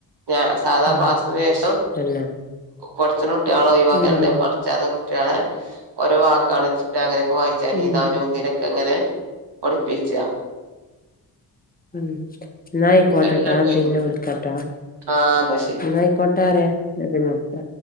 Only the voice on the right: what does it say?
ഞാ സാധാ
ക്ലാസന് ശേഷം
പറച്ചനും കുട്ടികളോ ഒവാക്കെ
പഠിച്ചാതെ കുട്ടികളെ ഓരോ വാക്കുക ചിട്ടാ അങ്ങനെയൊക്കെ വായി ജനീതാന
ഒന്തിനതിനൊക്കെ അങ്ങനെ ഒളിപ്പിച്ച
ഇങ്ങനെ പോയിരുന്നു
ആഹ് എന്നാ ശരി